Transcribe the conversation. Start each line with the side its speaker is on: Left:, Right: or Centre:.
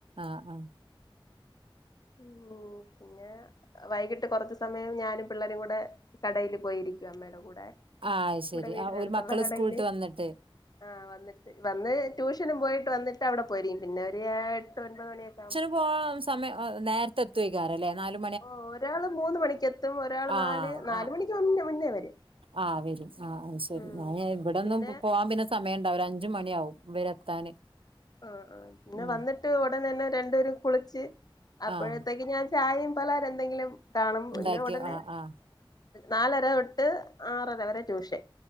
Right: ആഹ് ആഹ്
Left: ഇങ്ങോ പോണം പിന്നെ വൈകിട്ട് കൊർച് സമയം ഞാനും പിള്ളേരുകൂടെ കടയില് പോയിരിക്കും അമ്മേടെ കൂടെ
Right: ആഹ് അഹ്ശരി
Left: ഇവിടെ വീടിനടുത്തുള്ള
Right: ആഹ് ഓര് മക്കള്
Left: കടയില്
Right: സ്കൂള്ട്ട് വന്ന്ട്ട്
Left: ആഹ് വന്നിട്ട് വന്ന് ട്യൂഷനും പോയിട്ട് വന്നിട്ട് അവ്ടെ പോയിരിക്കും പിന്നെ ഒരു ഏയ്എട്ട് ഒൻപത് മണിയൊക്കെ ആവുമ്പോ
Right: പ്പോം സമയെ നേര്ത്തെത്തൊയ്ക്കാരംലേ നാലു
Left: ഓഹ് ഒരാള് മൂന്ന് മണിക്കെത്തും ഒരാള്
Right: ആഹ്
Left: നാല് നാല്മണിക്കുന്നേ
Right: ആഹ്
Left: മുന്നേ വരും
Right: ആഹ് വെരും ആഹ് അഹ്ശെരി
Left: ഉം
Right: ഞാന് ഇവടൊന്നും
Left: പിന്നെ
Right: പോവാൻ പിന്നെസ് സമയണ്ടാവുല അഞ്ചുമണിയാവും ഇവരെത്താന്
Left: ആഹ് ആഹ് പിന്നെ
Right: ഉം
Left: വന്നിട്ട് ഉടൻ തന്നെ രണ്ടുപേരും കുളിച്ച് അപ്പോഴത്തേക്ക്
Right: ആഹ്
Left: ഞാൻ ചായിം പലഹാരെ എന്തെങ്കിലും കാണും
Right: ഉണ്ടാക്കിയ
Left: പിന്നെ ഉടനെ
Right: ആഹ് ആഹ്
Left: നാലരതൊട്ട് ആറര വരെ ട്യൂഷൻ